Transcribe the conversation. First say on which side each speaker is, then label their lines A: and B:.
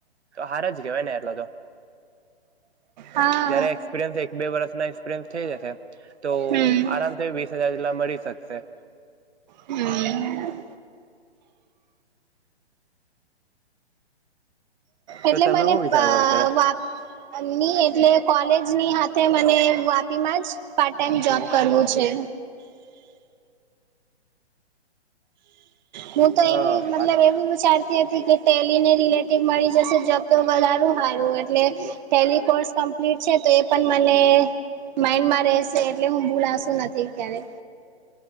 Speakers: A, on the right (about 80°); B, on the right (about 40°).
A: હાર જ કેવાય ને એટલા તો.
B: હા
A: જયારે એક્સપિરિયન્સ એક બે વર્ષના એક્સપિરિયન્સ થઈ જશે તો
B: હમ
A: આરામથી વીસ હજાર જેટલા મળી શકશે.
B: હમ્મ એટલે
A: તો તમે
B: મને
A: શું વિચાર કરો ત્યારે
B: વા. ની એટલે કોલેજની હાથે મને વાપી માંજ. પાર્ટ ટાઈમ જોબ
A: હું
B: કરવું છે. હું તો એવી
A: અ
B: મતલબ
A: પાર્ટ
B: એવું વિચારતી. ટેને રિલેટ મળી જશે જો તો વધારું સારું. એટલે ટેલી કોર્સ. ક્પ્લીટ છે તો. એ પણ મને માઈન્ડમાં રહેશે. એટલે હું ભૂલાશું નથી ક્યારે.